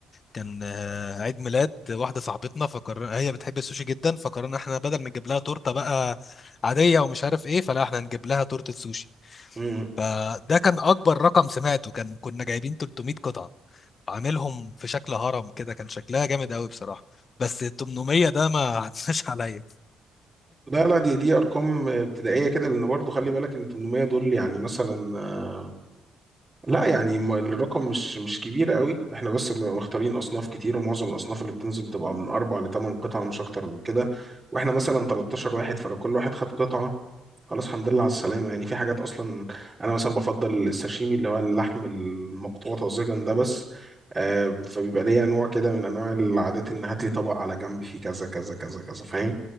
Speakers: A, on the left (about 40°); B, on the right (about 25°).
A: كان آه، عيد ميلاد واحده صاحبتنا فقرر هي بتحب السوشي جدا فقررنا احنا بدل ما نجيب لها تورته بقى عاديه ومش عارف ايه فلا احنا هنجيب لها تورته سوشي
B: مم.
A: فده كان اكبر رقم سمعته كان كنا جايبين 300 قطعه عاملهم في شكل هرم كده كان شكلها جامد قوي بصراحة بس ال 800 ده ما عدناش <laughs> عليا
B: لا لا دي دي أرقام آه، ابتدائية كده لأن برضو خلي بالك إن 800 دول يعني مثلا آه، لا يعني م- الرقم مش مش كبير قوي إحنا بس بنبقى مختارين أصناف كتير ومعظم الأصناف اللي بتنزل بتبقى من أربع لثمان قطع مش أكتر من كده وإحنا مثلا 13 واحد فلو كل واحد خد قطعة خلاص الحمد لله على السلامة يعني في حاجات أصلا أنا مثلا بفضل الساشيمي اللي هو اللحم المقطوع طازجا ده بس آه فبيبقى ليا نوع كده من أنواع العادات إن هات لي طبق على جنب فيه كذا كذا كذا كذا فاهم